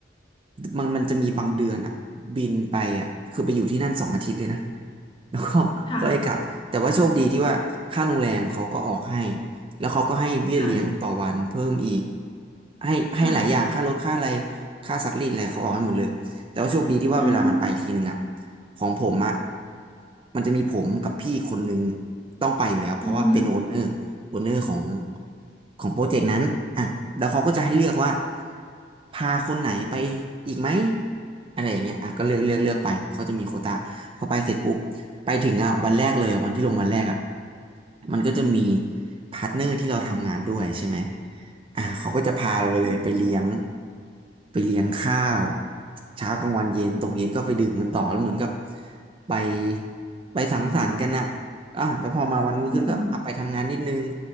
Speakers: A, on the right (about 30°); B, on the left (about 30°).
A: มันมันจะมีบางเดือนอะบินไปอะคือไปอยู่ที่นั่นสองอาทิตย์เลยนะ แล้วก็ <laughs>
B: ค่ะ
A: ก็ให้กลับแต่ว่าโชคดีที่ว่าค่าโรงแรมเขาก็ออกให้
B: ค่ะ
A: แล้วเขาก็ให้เบี้ยเลี้ยงต่อวันเพิ่มอีก
B: ค่ะค่ะ
A: ให้ให้หลายอย่างค่ารถค่าอะไร
B: ค่ะ
A: ค่าซักรีดอะไรเขาออกให้หมดเลยแต่ว่าโชคดีที่ว่าเวลามันไปทีหนึ่งอะ
B: อือฮึ
A: ของผมอะมันจะมีผมกับพี่คนหนึ่งต้องไปอยู่แล้วเพราะว่าเป็นโอนเนอร์โอนเนอร์ของ
B: อือฮึ
A: ของโปรเจกต์นั้นอ่ะแล้วเขาก็จะให้เลือกว่าพาคนไหนไปอีกไหมอะไรอย่างเงี้ยอ่ะก็เลือกเลือกเลือกไปเขาจะมีโควตาพอไปเสร็จปุ๊บ ไปถึงอ่ะวันแรกเลยอะวันที่ลงวันแรกอ่ะมันก็จะมีพาร์ทเนอร์ที่เราทำงานด้วยใช่ไหมอ่ะเขาก็จะพาเราไปเลยไปเลี้ยง
B: อืม
A: ไปเลี้ยงข้าวเช้ากลางวันเย็นตกเย็นก็ไปดื่มกันต่อแล้วเหมือนกับไปไปสังสรรค์กันอ่ะอ่ะแล้วพอมาวันรุ่งขึ้นก็อ่ะไปทำงานนิดนึง
B: อืม